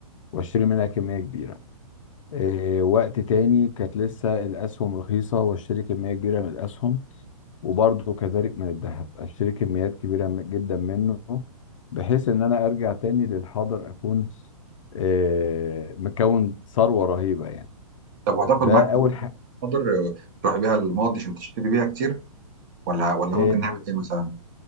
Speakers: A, on the left (about 60°); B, on the right (about 35°).
A: واشتري منها كميه كبيره آه، وقت تاني كانت لسه الأسهم رخيصة واشتري كمية كبيرة من الأسهم وبرضه كذلك من الذهب اشتري كميات كبيرة م- جدا منه بحيث ان انا ارجع تاني للحاضر اكون آه، مكون ثروة رهيبة يعني
B: طب وهتاخد
A: ده
B: معاك
A: اول
B: فلوس
A: حاجة
B: بقى قدر تروح بيها الماضي عشان تشتري بيها كتير ولا ولا
A: آه،
B: ممكن نعمل ايه مثلا؟